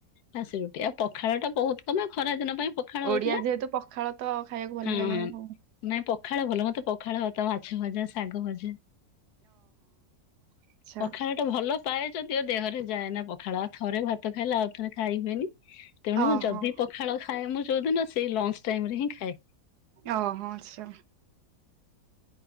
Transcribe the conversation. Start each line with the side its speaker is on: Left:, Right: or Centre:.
Left: ବାସି ରୁଟି। ଆଉ ପଖାଳ ଟା ବହୁତ କମ ଆଉ ଖରା ଦିନ ପାଇଁ ପଖାଳ ହଉଥିଲା
Right: ଓଡିଆ ଯେହେତୁ ପଖାଳ ତ ଖାଇବାକୁ ଭଲ
Left: ହଁ
Right: ଲାଗେ
Left: ହଁ।
Right: ଆଉ।
Left: ନାଇଁ ପଖାଳ ଭଲ ମୋତେ ପଖାଳ ଭାତ, ମାଛ ଭଜା ସ୍ ଶାଗ ଭଜା,
Right: ଆଚ୍ଛା
Left: ପଖାଳ ଟା ଭଲ ପାଏ ଯଦିଓ ଦେହରେ ଯାଏନା ପଖାଳ। ଆଉ ଥରେ ଭାତ ଖାଇଲେ ଆଉ ଥରେ ଖାଇ ହୁଏନି। ତେଣୁ
Right: ଓହୋ
Left: ଯଦି ପଖାଳ ଖାଏ ମୁଁ ଯୋଉଦିନ ସେଇ ଲଞ୍ଚ ଟାଇମ ରେ ହିଁ ଖାଏ।
Right: ଓହୋ ଆଚ୍ଛା।